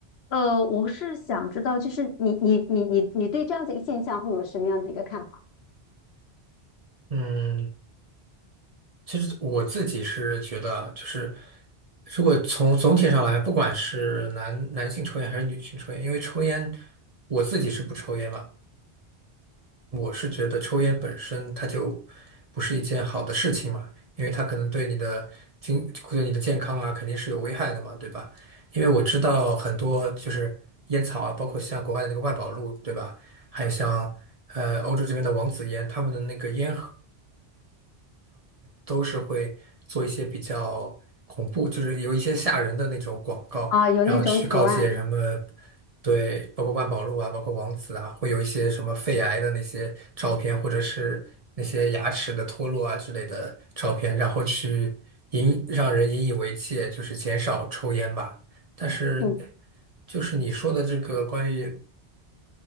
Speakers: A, on the left (about 70°); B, on the right (about 35°).
A: 呃，我是想知道，就是你你你你你对这样子一个现象会有什么样的一个看法
B: 嗯。其实我自己是觉得啊就是如果从总体上来看不管是男男性抽烟还是女性抽烟，因为抽烟，我自己是不抽烟嘛，我是觉得抽烟本身它就不是一件好的事情嘛，因为它可能对你的经对你的健康啊肯定是有危害的嘛，对吧？因为我知道很多就是烟草啊，包括像国外的那个万宝路，对吧？还有像呃欧洲这边的王子烟，他们的那个烟盒。都是会做一些比较恐怖，就是有一些吓人的那种广告，
A: 啊？有那种图案，
B: 然后去告诫人们，对，包括万宝路啊，包括王子啊，会有一些什么肺癌的那些照片，或者是那些牙齿的脱落啊之类的照片，然后去引让人引以为戒，就是减少抽烟吧。但是，
A: 嗯。
B: 就是你说的这个关于。